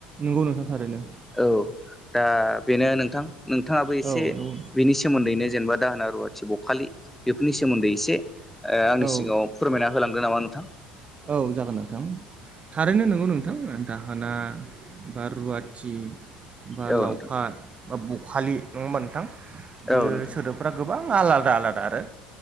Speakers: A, on the right; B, in the centre.
A: नोंगौ नोंथां थारैनो
B: औ दा बेनो नोंथां नोंथाङाबो एसे
A: औ नंगौ
B: बिनि सो सोमोन्दैनो जेनेबा दाहोना रुवाथि बखालि बेफोरनि सोमोन्दै एसे ओ आंनि सिगाङाव
A: औ
B: फोरमायना होलांदो नामा नोंथां
A: औ जागोन नोंथां थारैनो नंगौ नोंथां थां दाहोना बा रुवाथि बा
B: औ
A: लावखार
B: नोंथां
A: बा बखालि नङा होमबा नोंथां बियो
B: औ नोंथां
A: सोदोबफ्रा गोबां आलादा आलादा आरो